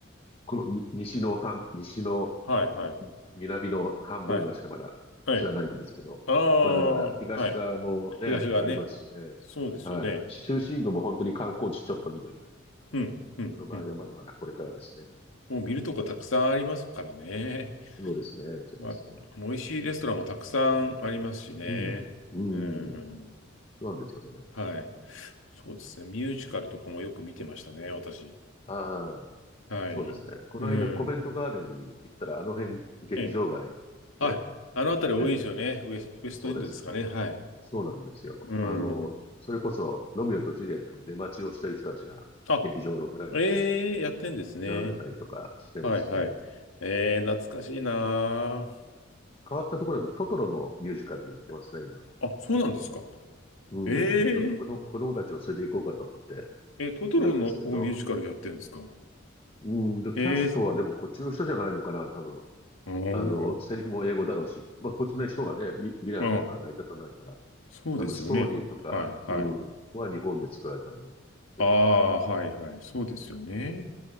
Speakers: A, on the left; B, on the left.
A: このに西の半、西の
B: はい、はい、
A: 南の半分ぐらいしかまだ知らないんですけど、
B: はい、はい。ああ、
A: まだまだ東側もね、
B: はい。東側ね。
A: ありますしね。
B: そうですよね。
A: はい。中心部も本当に観光地ちょっとみたいな。
B: うん、うん、
A: その場合はまだまだこれからですね。
B: うん。もう見るとこたくさんありますからね。
A: はいそうですね。そうですね。
B: まあ、美味しいレストランもたくさんありますしね。
A: うん。う
B: うん。
A: ん。そうなんですよね。
B: はい。そうですね。ミュージカルとかもよく見てましたね、私。
A: ああ、
B: はい。
A: そうですね。この間コベントガーデンに行ったら、
B: うん。
A: あの辺劇場街で、
B: ええ。あ、あのあたり多いですよね。
A: ええ、
B: ウエス、ウエストエンドですかね。
A: そうですね。
B: はい。
A: そうなんですよ。
B: うん。
A: あの、それこそ、ロミオとジュリエットの出待ちをしてる人たちが劇場の裏に
B: あ、ええやってんですね。
A: 並んでたりとかしてましたね。
B: はいはい。ええ懐かしいな
A: 変わったところだとトトロのミュージカルやってますね、今。
B: あ。あ、そうなんですか。
A: うん。
B: え
A: ちょっと子供、子供たちを連れて行こうかと思って
B: ええ、トトロのをミュージカルやってんですか。
A: いるんですけど。うん。で、
B: ええ
A: キャストはでもこっちの人じゃないのかな、多分。
B: おー、
A: あの、セリフも英語だろうし。まあ、こっちの人がね、見、見れなかったら成り立たないから。
B: あ、そうですよね。
A: 多分ストーリーとか、
B: はいはい。
A: うん、は日本で作られたものをってるんだろうけど。
B: ああ、はいはい。そうですよね。